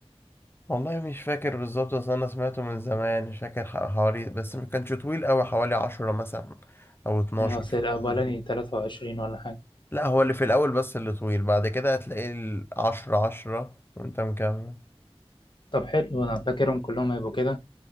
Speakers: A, on the left (about 20°); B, on the left (about 50°).
A: والله مش فاكر بالظبط اصل انا سمعته من زمان مش فاكر ح- حوالي بس ما كانش طويل قوي حوالي عشرة مثلا او اتناشر
B: يعني اصل
A: في
B: الاولاني
A: الحدود دي
B: 23 ولا حاجة
A: لا هو اللي في الاول بس اللي طويل بعد كده هتلاقيه العشرة عشرة وانت مكمل
B: طب حلو انا فاكرهم كلهم هيبقوا كده